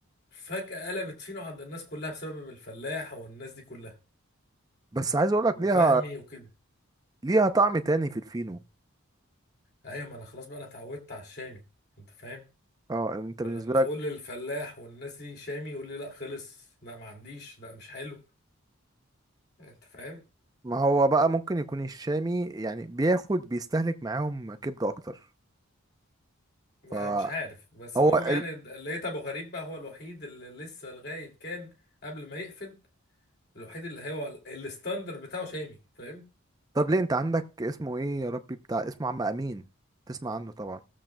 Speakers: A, on the left; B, on the right.
A: فجأة قلبت فينو عند الناس كلها بسبب الفلاح والناس دي كلها
B: بس عايز اقول لك
A: وفهمي
B: ليها
A: وكده
B: ليها طعم تاني في الفينو
A: ايوه ما انا خلاص بقى انا اتعودت على الشامي انت فاهم
B: اه انت
A: ولما
B: بالنسبة
A: اقول
B: لك
A: للفلاح والناس دي شامي يقول لي لا خلص لا ما عنديش لا مش حلو انت فاهم
B: ما هو بقى ممكن يكون الشامي يعني بياخد بيستهلك معاهم كبدة أكتر
A: ما
B: فهو
A: مش عارف بس المهم يعني
B: ال...
A: لقيت ابو غريب بقى هو الوحيد اللي لسه لغاية كان قبل ما يقفل الوحيد اللي هو ال- الستاندر بتاعه شامي فاهم
B: طب ليه أنت عندك اسمه إيه يا ربي بتاع اسمه عم أمين تسمع عنه طبعا